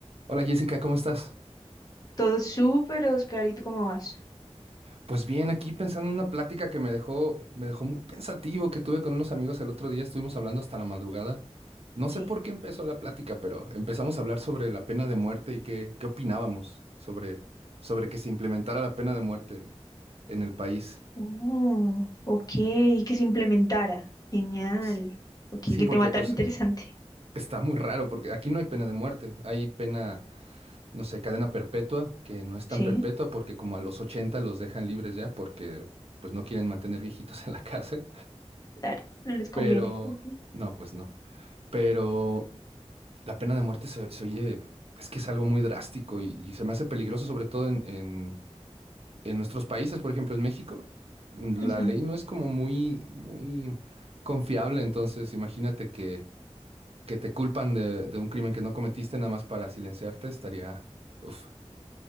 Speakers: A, on the right; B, on the left.
A: Hola Jessica, ¿cómo estás?
B: Todo súper, Oscar. ¿Y tú cómo vas?
A: Pues bien, aquí pensando en una plática que me dejó, me dejó muy pensativo que tuve con unos amigos el otro día, estuvimos hablando hasta la madrugada. No
B: Sí.
A: sé por qué empezó la plática, pero empezamos a hablar sobre la pena de muerte y qué, qué opinábamos sobre, sobre que se implementara la pena de muerte en, en el país.
B: Oh, ok, que se implementara. Genial.
A: S-
B: Ok,
A: Sí,
B: qué
A: porque
B: tema tan
A: pues
B: interesante.
A: está muy raro, porque aquí no hay pena de muerte, hay pena, no sé, cadena perpetua, que no es
B: Sí,
A: tan perpetua porque como a los 80 los dejan libres ya porque pues no quieren mantener viejitos <laughs> en la cárcel.
B: claro, no les conviene.
A: Pero,
B: Ujú,
A: no, pues no. Pero la pena de muerte se, se oye, es que es algo muy drástico y, y se me hace peligroso, sobre todo en, en- en nuestros países, por ejemplo, en México, la
B: ujú.
A: ley no es como muy, muy confiable, entonces imagínate que, que te culpan de, de un crimen que no cometiste nada más para silenciarte, estaría, uf,